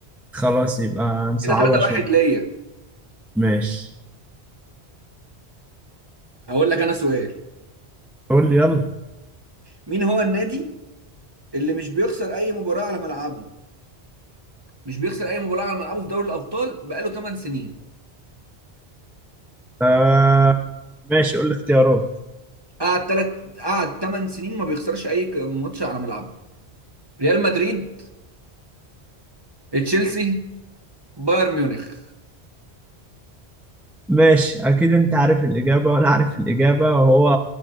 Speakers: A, in the centre; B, on the right.
A: خلاص يبقى نصعبها
B: كده 3
A: شويه
B: 1 ليا
A: ماشي
B: هقول لك انا سؤال
A: قول لي يلا
B: مين هو النادي اللي مش بيخسر اي مباراه على ملعبه مش بيخسر اي مباراه على ملعبه في دوري الابطال بقاله 8 سنين
A: آه ماشي قول لي اختيارات
B: قعد تلات قعد تمن سنين ما بيخسرش اي ك- ماتش على ملعبه ريال مدريد تشيلسي بايرن ميونخ
A: ماشي اكيد انت عارف الاجابه وانا عارف الاجابه وهو